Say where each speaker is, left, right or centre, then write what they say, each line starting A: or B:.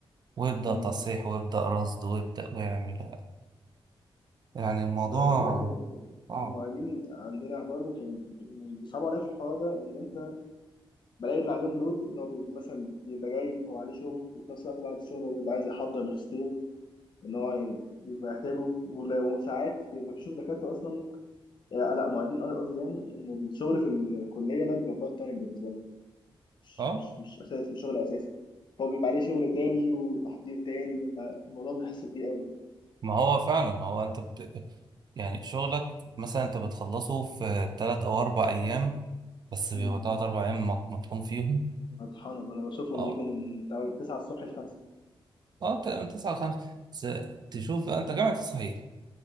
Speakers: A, on the right (about 50°); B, on the left (about 55°).
A: ويبدأ
B: ايه؟
A: تصحيح ويبدأ رصد ويبدأ ويعمل يعني الموضوع
B: ما انا بقول لك
A: صعب
B: المعيدين عندنا برضه كانوا بي- بيصعبوا عليا في الحوار ده ان انت بلاقي اللي عليهم لود ان هو بيبقى مثلا بيبقى جاي هو عليه شغل وفي نفس الوقت بعد الشغل هو بيبقى عايز يحضر ماجستير ان هو يعني بيبقى يحتاجه ولو- وساعات بيبقى بتشوف دكاتره اصلا آه، لا معيدين قصدي يعني ان الشغل في الكليه ده بيبقى بارت تايم بالنسبه لهم مش
A: اه
B: مش مش اساس مش شغل اساسي فهو بيبقى عليه شغل تاني وتحضير تاني فالموضوع بيحس بيه قوي
A: ما هو فعلا هو انت بت... يعني شغلك مثلا انت بتخلصه في تلات او اربع ايام بس بيبقى
B: مم.
A: تلات اربع ايام مط- مطحون فيهم
B: مطحنة ما انا بشوفهم
A: اه
B: بيجوا من 9 الصبح ل 5
A: اه تقريبا تسعة لخمسة بس تشوف انت جامعة تصحيح